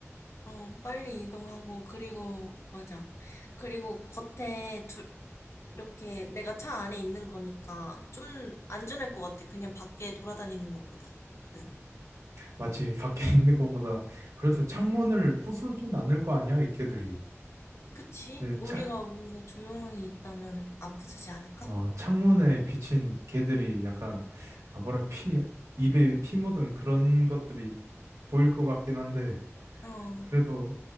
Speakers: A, on the left; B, on the right.
A: 어, 빨리 이동하고, 그리고, 맞아. 그리고 겉에 이렇게 내가 차 안에 있는 거니까 좀 안전할 것 같아. 그냥 밖에 돌아다니는 것보다는. 음.
B: 마치
A: 응.
B: 밖에 <laughs> 있는 것보다 그래도 창문을
A: 응.
B: 부수진 않을 거 아니야, 이 개들이.
A: 그치?
B: 근데
A: 우리가
B: 차,
A: 뭔가 조용히 있다면 안 부수지 않을까?
B: 어, 창문에 비친 개들이 약간 아, 뭐랄 피 입에 피 묻은 그런 것들이 보일 것 같긴 한데
A: 어,
B: 그래도